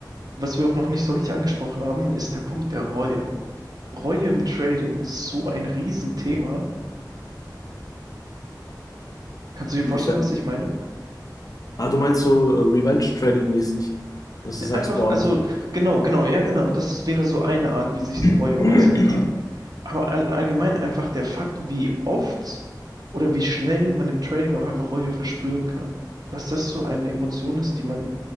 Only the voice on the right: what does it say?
was wir auch noch nicht so richtig angesprochen haben, ist der Punkt der Reue. Reue im Trading ist so ein Riesenthema. Kannst du dir vorstellen,
was ich meine?
Ne,
Einfach,
also,
genau, genau, ja, genau. Das ist, wäre so eine Art, wie sich so
Reue äußern kann. Aber all, allgemein einfach der Fakt, wie oft oder wie schnell man im Trading auch einfach Reue verspüren kann. Dass das so eine Emotion ist, die man,